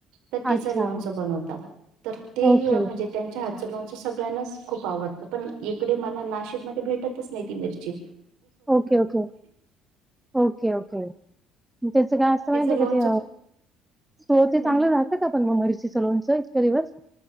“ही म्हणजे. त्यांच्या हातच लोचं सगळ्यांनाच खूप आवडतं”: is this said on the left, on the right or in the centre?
Right